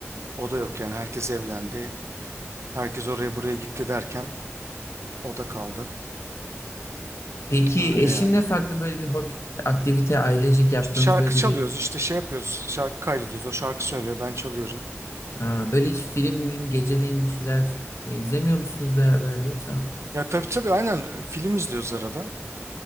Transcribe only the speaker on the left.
Peki
eşinle
farklı böyle bir hobi, aktivite, ailecik yaptığınız
böyle
bir
ha, böyle hiç film, film geceleyin bir şeyler e, izlemiyor musunuz beraber yoksa?